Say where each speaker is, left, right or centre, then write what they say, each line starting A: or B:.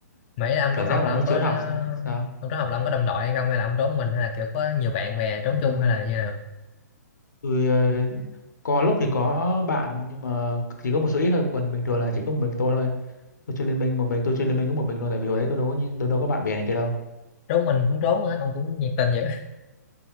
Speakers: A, on the left; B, on the left.
A: mấy là ông
B: cảm
A: trốn
B: giác
A: học là
B: mà nó
A: ông
B: trốn
A: có
B: học sao sao
A: ông trốn học là ông có đồng đội hay không hay là ông trốn mình hay là kiểu có nhiều bạn bè trốn
B: Ừm,
A: chung hay là như nào
B: tôi ờ, có lúc thì có bạn nhưng mà chỉ có một số ít thôi còn bình thường là chỉ có một mình tôi thôi tôi chơi liên minh một mình tôi chơi liên minh có một mình thôi tại vì hồi đấy tôi đâu có nhi- tôi đâu có bạn bè này kia đâu
A: trốn mình cũng trốn á ông cũng nhiệt tình vậy <laughs>